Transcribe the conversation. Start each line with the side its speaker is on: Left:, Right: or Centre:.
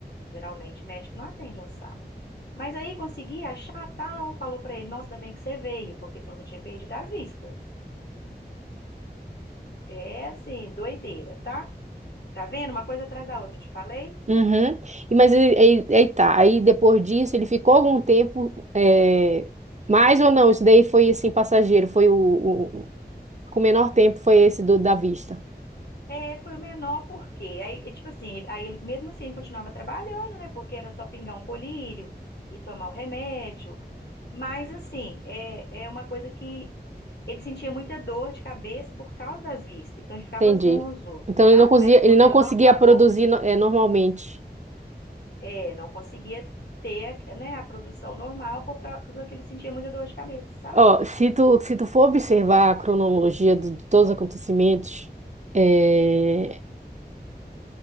Left: Geralmente médico não atende ao sábado. Mas aí consegui achar tal, falou para ele, nossa, ainda bem que você veio, porque senão você tinha perdido as vistas. É assim, doideira, tá? Tá vendo? Uma coisa atrás da outra, não te falei?
Right: Uhum. E, mas ele- aí, aí tá. Aí depois disso, ele ficou algum tempo. É... Mais ou não? Isso daí foi assim, passageiro. Foi o, o- o- com menor tempo foi esse do da vista.
Left: É, foi o menor porque aí, e, tipo assim, ele- aí ele- mesmo assim ele continuava trabalhando, né? Porque era só pingar um colírio e tomar o remédio. Mas assim, é, é uma coisa que ele sentia muita dor de cabeça por causa das vistas. Então ele ficava
Right: Entendi.
Left: zonzo,
Right: Então ele
Left: sabe?
Right: não conseguia,
Left: O médico falou
Right: ele não
Left: que era
Right: conseguia
Left: normal.
Right: produzir no- é, normalmente.
Left: É, não conseguia ter, né, a produção normal por causa que ele sentia muita dor de cabeça, sabe?
Right: Ó, se tu, se tu for observar a cronologia do- de todos os acontecimentos, é,